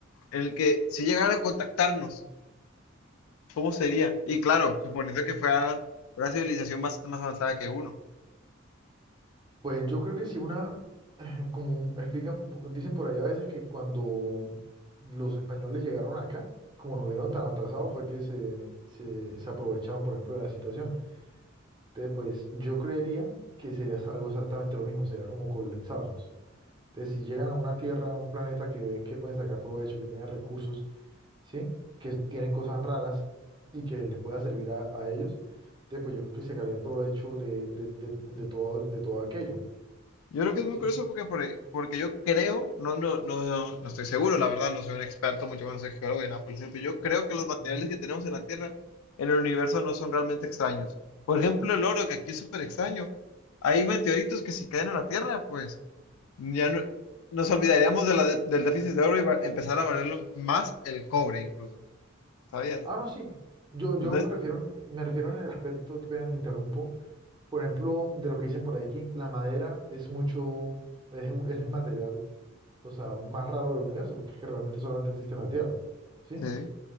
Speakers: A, on the left; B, on the right.
A: en el que si llegaran a contactarnos? ¿Cómo sería? Y claro, suponiendo que fuera una civilización bastante más avanzada que uno.
B: Pues yo creo que si una, <clears throat> <laughs> como explican, dicen por ahí a veces que cuando los españoles llegaron acá, como nos vieron tan atrasados, fue que se, se, se aprovechaban, por ejemplo, de la situación. Entonces, pues yo creería que sería algo exactamente lo mismo, sería como colonizarnos. Entonces, si llegan a una tierra, a un planeta que ven que pueden sacar provecho, que tienen recursos, ¿sí? Que tienen cosas raras y que les pueda servir a, a ellos, entonces, pues yo creo que sacarían provecho de, de, de, de todo, de todo aquello,
A: Yo creo que es
B: ¿sí?
A: muy curioso porque, por- porque yo creo, no, no, no, no estoy seguro, la verdad, no soy un experto, mucho menos soy geólogo de Nápoles, pero yo creo que los materiales
B: Ujú.
A: que tenemos en la Tierra, en el universo, no son realmente extraños. Por ejemplo, el oro, que aquí es súper extraño. Hay meteoritos que si caen en la Tierra, pues ya no, nos olvidaríamos de la de- del déficit de oro y va- empezar a valerlo más el cobre incluso, ¿sabías?
B: Ah, no, sí. Yo,
A: Entonces,
B: yo me refiero, me refiero en el aspecto que apenas te interrumpo. Por ejemplo, de lo que dicen por ahí, que la madera es mucho, es, un- es el material, o sea, más raro del universo, porque es que realmente solamente existe en la Tierra, ¿sí?
A: sí,